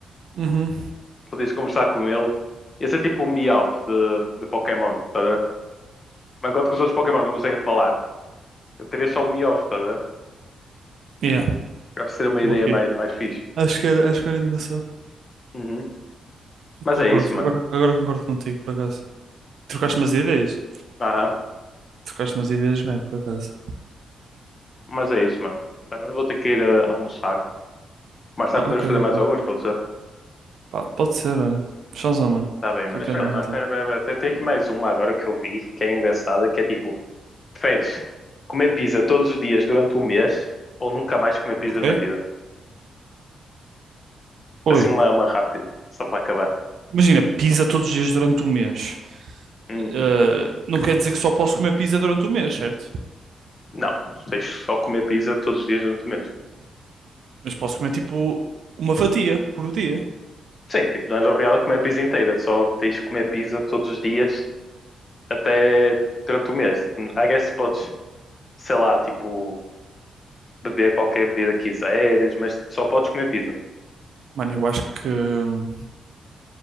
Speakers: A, on the right; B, on the left.
A: Uhum.
B: Podias conversar com ele. Ia ser tipo o Meowth de, de Pokémon, tá a ver? Mas enquanto que os outros Pokémon não conseguem falar, eu teria só o Meowth, tá a ver?
A: Yeah,
B: Eu Acho que seria uma ideia
A: ok.
B: mais, mais fixe.
A: Acho que era, acho que era engraçado.
B: Uhum. Mas
A: Concordo,
B: é isso, mano.
A: agora, agora concordo contigo, por acaso. Trocaste umas ideias?
B: Aham.
A: Trocaste umas ideias bem, por acaso.
B: Mas é isso, mano. Agora eu vou ter que ir eh, almoçar. Mais tarde
A: Ah,
B: podemos
A: ok, ok.
B: fazer mais alguns, pode ser?
A: Pá, pode ser, olha. Shazam, mano.
B: Tá bem, mano.
A: Fica
B: Mas espera,
A: bem
B: Showzão.
A: então.
B: mano, Showzão. espera, espera, espera. Tem, tem
A: Shazam.
B: aqui mais uma agora que eu vi, que é engraçada, que é tipo, preferes comer pizza todos os dias durante um mês ou nunca mais comer pizza
A: Ok?
B: na vida?
A: Oi.
B: Assim uma, uma rápida, só para acabar.
A: Imagina, pizza todos os dias durante um mês.
B: Hum,
A: Ah, não quer dizer que só posso comer pizza durante um mês, certo?
B: não, tu tens que só comer pizza todos os dias durante o mês.
A: Mas posso comer tipo uma fatia por dia.
B: Sim, tipo, não és obrigado a comer pizza inteira, só tens que comer pizza todos os dias até durante o mês. Tipo, I guess podes, sei lá, tipo, beber qualquer bebida que quiseres, mas só podes comer pizza.
A: Mano, eu acho que. hum,